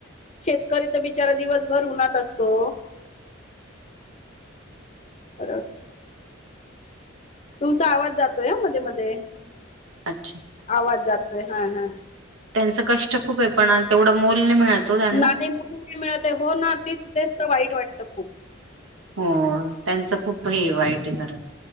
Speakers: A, on the left; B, on the right.
A: शेतकरी तर बिचारा दिवस भर उन्हात असतो. खरंच. तुमचा आवाज जातोय हा मध्ये, मध्ये.
B: अच्छा
A: आवाज जातोय. हा हा,
B: त्यांच कष्ट खूप आहे पण तेवढं मोल नाही मिळत ओ त्यांना
A: नाही म्हणून नाही मिळत हो ना तीच तेच तर वाईट वाटते. वाटंत खूप
B: हो त्यांच खूप हे वाईट आहे. खरंच